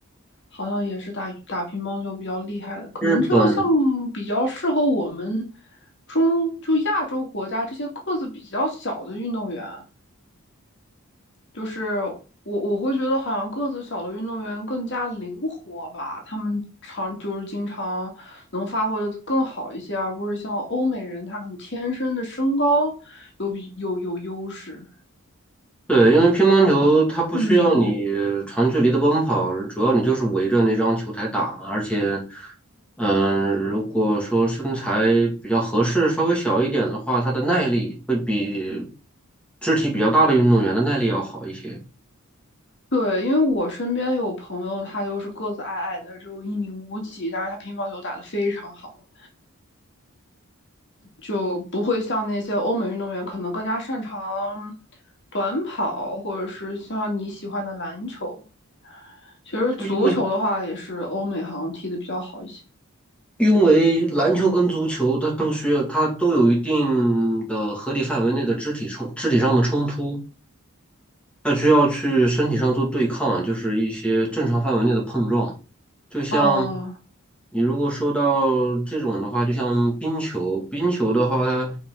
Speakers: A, on the left; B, in the centre.
A: 好像也是打打乒乓球比较厉害的，可能这个项目比较适合我们
B: 日本
A: 中就亚洲国家这些个子比较小的运动员。就是我我会觉得好像个子小的运动员更加灵活吧，他们常就是经常能发挥的更好一些，而不是像欧美人，他可能天生的身高有比有有优势。
B: 对，因为乒乓球它不需要你长距离的奔跑，
A: 嗯
B: 主要你就是围着那张球台打嘛。而且，嗯，如果说身材比较合适，稍微小一点的话，它的耐力会比肢体比较大的运动员的耐力要好一些。
A: 对，因为我身边有朋友，他就是个子矮矮的，只有一米五几，但是他乒乓球打得非常好，就不会像那些欧美运动员可能更加擅长短跑，或者是像你喜欢的篮球。其实足球的话，
B: 对因为
A: 也是欧美好像踢得比较好一些。
B: 因为篮球跟足球它都需要，它都有一定的合理范围内的肢体冲肢体上的冲突。那需要去身体上做对抗，就是一些正常范围内的碰撞。就像
A: 哦，
B: 你如果说到这种的话，就像冰球，冰球的话，它